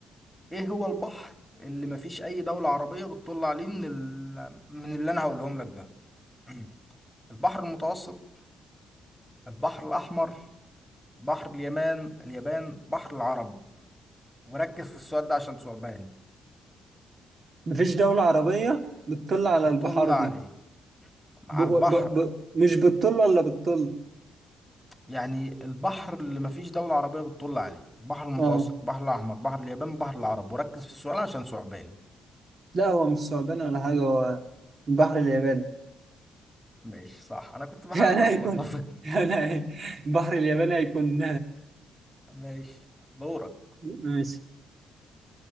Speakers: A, in the centre; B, on the right.
A: ايه هو البحر اللي مفيش اي دولة عربية بتطل عليه من ال... من اللي انا هقولهم لك ده <clears throat> البحر المتوسط البحر الاحمر بحر اليمن اليابان بحر العرب وركز في السؤال ده عشان ثعباني
B: مفيش دولة عربية بتطل على
A: بتطل
B: البحار
A: عليه
B: دي
A: على
B: ب...
A: البحر
B: ب... ب... مش بالطل ولا بالطل
A: يعني البحر اللي مفيش دولة عربية بتطل عليه البحر المتوسط
B: اه
A: البحر الأحمر بحر اليابان بحر العرب وركز في السؤال عشان ثعباني
B: لا هو مش ثعبان ولا حاجة هو البحر الياباني
A: ماشي صح انا كنت
B: <laughs>
A: بحاول
B: يعني
A: بس
B: هيكون
A: الخبطك
B: يعني هي- البحر الياباني هيكون
A: <laughs> ماشي دورك
B: <laughs> ماشي